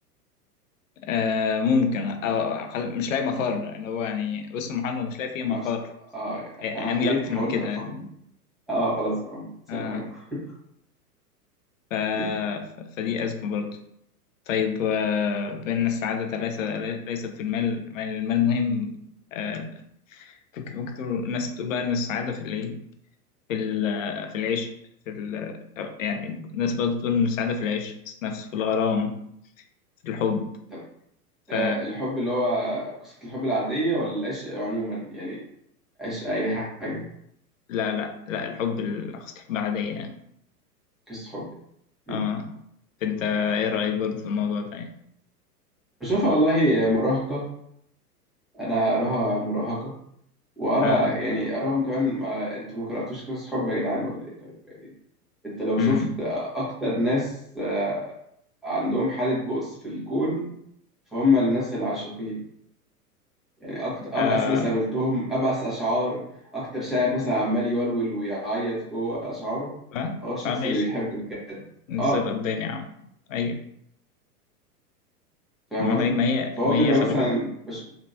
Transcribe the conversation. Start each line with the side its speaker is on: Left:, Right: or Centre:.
Left: آه ممكن او خل- مش لاقي مفر اللي هو يعني وسط المحاضره مش لاقي فيه مفر
Centre: انا بس... آه
Left: اعمل
Centre: انا حليت
Left: اكتر
Centre: حاولت
Left: من كده
Centre: افكر اه خلاص بقى آه، السلام
Left: اه
Centre: عليكم
Left: ف...
Centre: <laughs>
Left: ف... فدي ازمه برضه طيب آه بان السعاده ليس ليست في المال المال المال مهم آه، فك- ممكن تقول الناس بتقول بقى ان السعاده في الايه في ال- في العيش في ال يعني الناس برضه بتقول إن السعادة في العيش في النفس في الغرام في الحب
Centre: طب
Left: ف
Centre: آه الحب اللي هو قصة الحب العادية ولا العشق عموما يعني عشق أي حاجة
Left: لا لا لا الحب الأقصى الحب عادية يعني
Centre: قصة حب مم.
Left: اه أنت إيه رأيك برضه في الموضوع ده يعني
Centre: بشوفها والله مراهقة أنا أراها مراهقة وأرى
Left: اه
Centre: يعني أراهم كمان ما أنتوا ما قرأتوش قصص حب يا جدعان ولا إيه طيب يعني أنت لو
Left: أمم
Centre: شفت أكتر ناس آه، عندهم حالة بؤس في الكون فهم الناس العاشقين يعني أكتر أبأس
Left: آه
Centre: ناس قابلتهم أبأس أشعار أكتر شاعر مثلا عمال يولول ويعيط جوه أشعاره
Left: ما
Centre: هو الشخص
Left: مش عارف ليش
Centre: اللي بيحب بجد
Left: نصير
Centre: أه
Left: قباني يا عم أيوة
Centre: فاهم
Left: ما
Centre: قصدي؟
Left: هي ما هي
Centre: فهو
Left: ما
Centre: بيبقى
Left: هي خلي
Centre: مثلا
Left: بالك
Centre: بش...